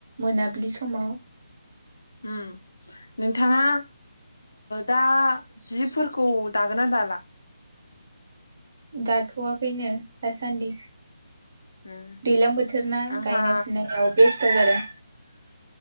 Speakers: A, on the right (about 45°); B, on the left (about 70°).
A: मोनाबिलि समाव
B: उम नोंथाङा दा जिफोरखौ दागोनना दाला
A: दाथ'वाखैनो दासान्दि
B: उम
A: दैज्लां बोथोर ना
B: आंहा
A: गायनाय फुनायाव बेस्थ' जादों